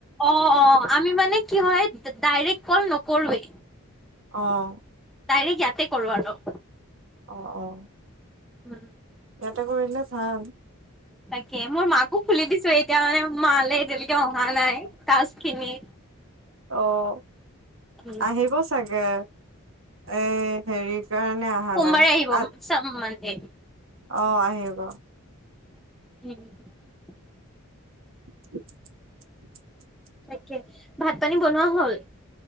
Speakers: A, in the centre; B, on the right (about 60°).
A: অ' অ' আমি মানে কি হয় ডাইৰেক্ট কল নকৰোৱে।
B: অহ।
A: ডাইৰেক্ট ইয়াতে কৰোঁ আৰু।
B: অ', অ'।
A: উম।
B: এটা কৰিলে ভাল।
A: তাকে মোৰ মাকো খুলি দিছো এতিয়া মানে মালে এতিয়ালৈকে অহা নাই তাজ খিনি।
B: অহ।
A: উম
B: আহিব চাগে এ হেৰি কাৰণে অহা
A: সোমবাৰে
B: নাই
A: আহিব
B: আ
A: চাম মানে
B: অ' আহিব।
A: উম', উম'।
B: <unintelligible>
A: তাকে ভাত পানী বনোৱা হ'ল